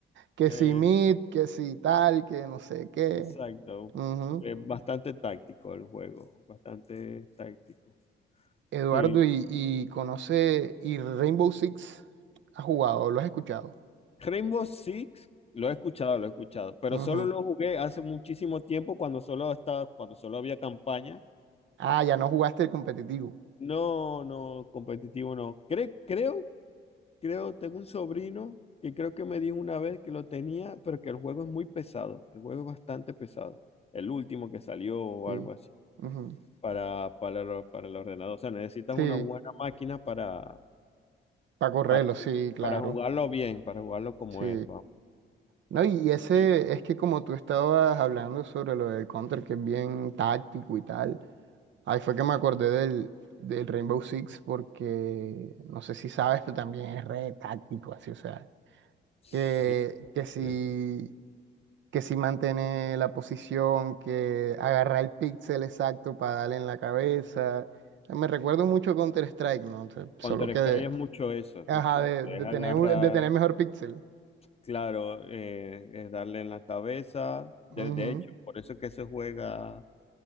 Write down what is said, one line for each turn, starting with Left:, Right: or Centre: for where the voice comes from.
Right: Que
Left: eh,
Right: si mid, que si tal, que no sé qué.
Left: exacto.
Right: Ujú.
Left: Es bastante táctico el juego, bastante táctico.
Right: Eduardo,
Left: Sí.
Right: y, y conoce, y Rainbow Six ha jugado, lo has escuchado.
Left: Rainbow Six, lo he escuchado, lo he escuchado, pero
Right: Ujú.
Left: solo lo jugué hace muchísimo tiempo cuando solo estaba, cuando solo había campaña.
Right: Ah, ya no jugaste el competitivo.
Left: No, no, competitivo no. Cre- creo creo, tengo un sobrino que creo que me dijo una vez que lo tenía, pero que el juego es muy pesado. El juego es bastante pesado. El último que salió o
Right: Sí.
Left: algo así.
Right: Ujú.
Left: Para, para, el- para el ordenador. O sea, necesitas
Right: Sí.
Left: una buena máquina para,
Right: Para correrlo,
Left: para,
Right: sí, claro.
Left: para jugarlo bien, para jugarlo como
Right: Sí.
Left: es, vamos.
Right: No, y ese
Left: Sí.
Right: es que como tú estabas hablando sobre lo del Counter, que es bien táctico y tal, ahí fue que me acordé del, del Rainbow Six porque no sé si sabes, pero también es re táctico, así, o sea,
Left: sí,
Right: que, que
Left: sí,
Right: si,
Left: sí, o
Right: que si mantiene la posición, que agarra el píxel exacto para darle en la cabeza. Me recuerdo mucho Counter-Strike, ¿no? O sea, Solo
Left: Counter-Strike
Right: que, de-
Left: es mucho eso, es
Right: ajá,
Left: mucho
Right: de,
Left: eso. Es
Right: de
Left: agarrar,
Right: tener, un- de tener mejor píxel.
Left: claro, eh, es darle en la cabeza. De,
Right: Ujú.
Left: de hecho, por eso es que se juega